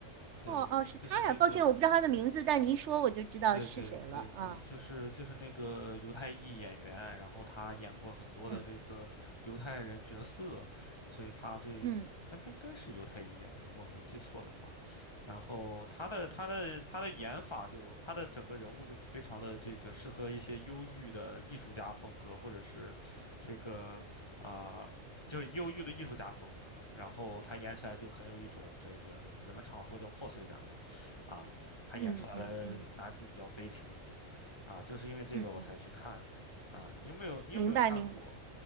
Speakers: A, on the left; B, on the right.
A: 对，
B: 哦，是他呀。
A: 就是那个
B: 抱歉，我不知道他的名字，但你一说我就知道是谁了啊。
A: 对对对对，就是就是那个犹太裔演员，然后他演过很多的这个犹太人角色，
B: 嗯
A: 所以他对，
B: 嗯
A: 哎，他应该是犹太裔演员，如果没记错的话。然后他的他的他的演法就他的整个人物就非常的这个适合一些忧郁的艺术家风格，或者是这个啊。就是忧郁的艺术家风格，然后他演起来就很有一种这个人们常说叫破碎感吧，啊。他演出来的男主比较悲情一点，
B: 嗯嗯嗯。
A: 啊，就是因为这个我才去看的啊。
B: 嗯嗯，
A: 你有没有你有没有看过
B: 明白明白，